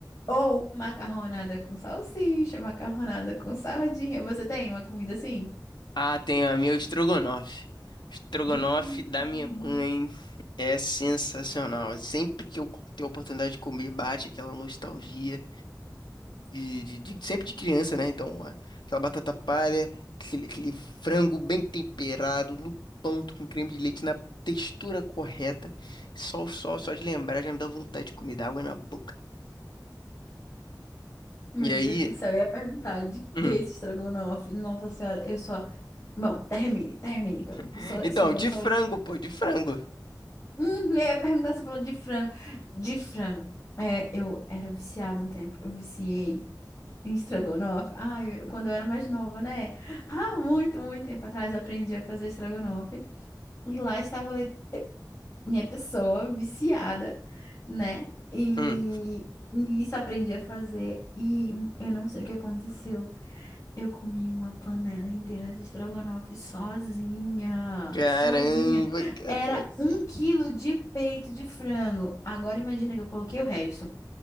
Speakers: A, on the left; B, on the left.
A: Ou macarronada com salsicha, macarronada com sardinha. Você tem uma comida assim?
B: Ah, tem a minha estrogonofe. Estrogonofe
A: Hum,
B: da minha mãe é sensacional. Sempre que eu tenho a oportunidade de comer, bate aquela nostalgia. de, de- de- sempre de criança, né? Então, a- aquela batata palha, aquele, aquele frango bem temperado, no ponto, com creme de leite, na textura correta. Só, só, só de lembrar já me dá vontade de comer, dá água na boca.
A: meu
B: E aí?
A: Deus do céu, eu ia perguntar de
B: Uhum.
A: que esse estrogonofe? Nossa senhora, eu só. Bom, termine, termine. que Eu
B: <laughs>
A: eu sou, eu
B: Então,
A: sou,
B: de
A: eu sou...
B: frango, pô, de frango.
A: Hum, eu ia perguntar, você falou de frango. De frango. É, eu era viciada um tempo. Eu viciei. Em Estrogonofe. Ai, eu- quando eu era mais nova, né? Há muito, muito tempo atrás eu aprendi a fazer estrogonofe. E lá estava le- minha pessoa viciada, né? E,
B: Hum.
A: e isso eu aprendi a fazer. E hum, eu não sei o que aconteceu. Eu comi uma panela inteira de estrogonofe sozinha.
B: Caramba,
A: Sozinha.
B: cara,
A: Era
B: como assim?
A: um quilo de peito de frango. Agora imagina que eu coloquei o resto.